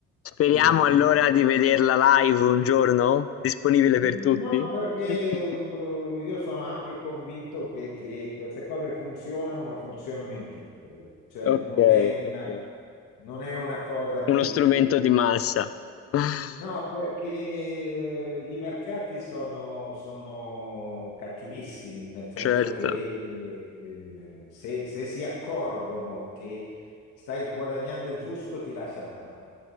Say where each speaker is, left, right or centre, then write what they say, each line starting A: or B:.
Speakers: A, on the left; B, on the left.
A: Speriamo
B: Quindi,
A: allora di vederla live un giorno, disponibile
B: no,
A: per tutti.
B: perché
A: <laughs>
B: eh, io sono anche convinto che, che queste cose funzionano, ma funzionano in piccolo. Cioè,
A: Okay,
B: non è una,
A: okay.
B: non è una cosa che,
A: Uno strumento
B: che
A: di massa. <laughs>
B: No, perché eh, i mercati sono, sono cattivissimi, nel senso
A: Certo.
B: che eh, se, se si accorgono che stai guadagnando il giusto, ti lasciano fare.